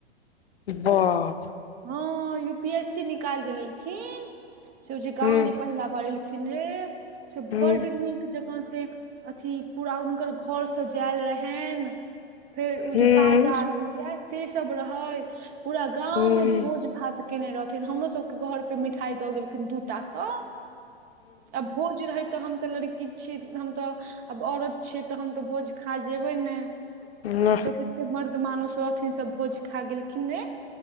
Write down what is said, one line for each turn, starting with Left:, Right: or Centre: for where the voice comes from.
Left: बाप
Right: हँ यू पी एस सी निकाल जे लेलखिन से ओ जे गांव
Left: हूँ
Right: जे पहिला बार एलखिन से
Left: हूँ
Right: बड नीक जकाँ से अथी पूरा हुनकर घर सजायल रहेैन फेर उ
Left: हूँ
Right: जे बाजा से सब रहै पूरा गाँंव
Left: हूँ
Right: में भोज भात केने रहथिन हमरो सबके घर पे मिठाई दऽ गेलखिन दू टा के आ भोज रहै तऽ हम त लड़की छी हम तऽ आब औरत छी तऽ हम तऽ भोज खा जेबै नहि
Left: हूँ
Right: तऽ जते मर्द मानुष रहथिन सब भोज खाय गेलखिन रे